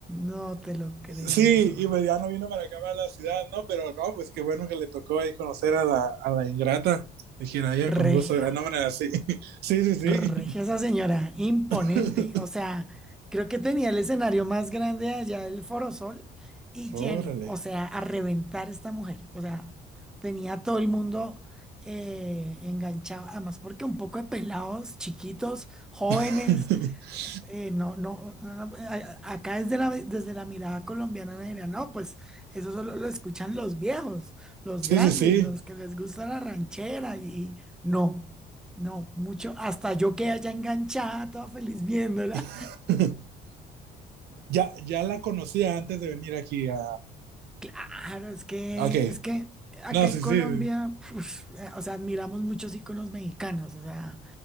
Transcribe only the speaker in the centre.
no te lo creo.
Regia.
Regia esa señora, imponente.
O sea, creo que tenía el escenario más grande allá del Foro Sol y
lleno. O sea, a reventar esta mujer. O sea, tenía a todo el mundo eh, enganchado. Además, porque un poco de pelados, chiquitos, jóvenes
eh, no, no, no, no, a- a- acá desde la, desde la mirada colombiana me dirán, no, pues eso solo lo escuchan los viejos, los
grandes,
los que les gusta la ranchera y no, no, mucho, hasta yo quedé allá enganchada, toda feliz viéndola.
Claro, es que,
es que acá
en
Colombia,
uf, eh, o sea, admiramos muchos íconos mexicanos, o sea,